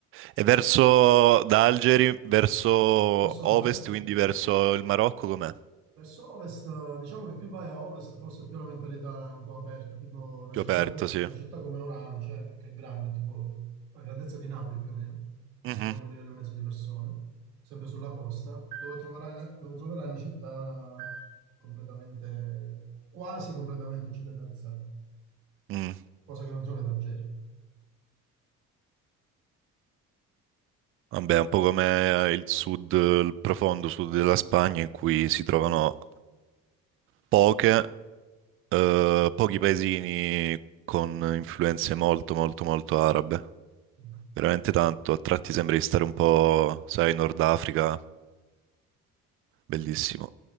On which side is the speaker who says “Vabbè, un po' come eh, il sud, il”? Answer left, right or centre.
Right